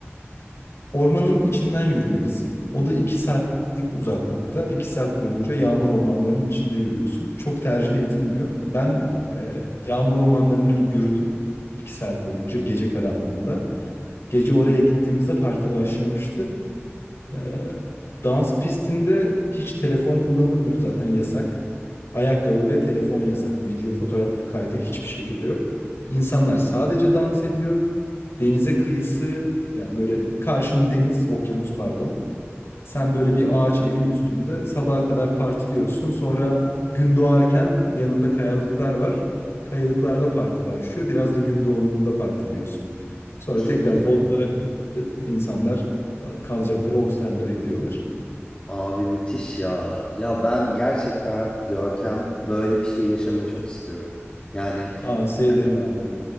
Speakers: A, on the left (about 65°); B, on the left (about 25°).
A: ormanın içinden yürümelisin. O da iki saatlik uzaklıkta. iki saat boyunca yağmur ormanlarının içinde yürüyorsun. Çok tercih edilmiyor. Ben
B: isterim.
A: e, yağmur ormanlarını yürüdüm. iki saat boyunca gece karanlığında. Gece oraya gittiğimizde parti başlamıştı. Ee, dans pistinde hiç telefon kullanılmıyor. Zaten yasak. Ayakkabı ve telefon yasak. Video, fotoğraf kaydı hiçbir şekilde yok. İnsanlar sadece dans ediyor. Denize kıyısı yani böyle karşın deniz, okyanus pardon. Sen böyle bir ağaç evin üstünde sabaha kadar partiliyorsun. Sonra gün doğarken yanında kayalıklar var. Kayalıklarda parti başlıyor. Biraz da gün doğumunda partiliyorsun. Sonra
B: çok
A: tekrar
B: iyi.
A: botlara binip de insanlar e, kalacakları hostellere gidiyorlar.
B: Abi müthiş ya. Ya ben gerçekten Görkem böyle bir şey yaşamayı çok istiyorum. Yani
A: Tavsiye
B: hani
A: ederim abi.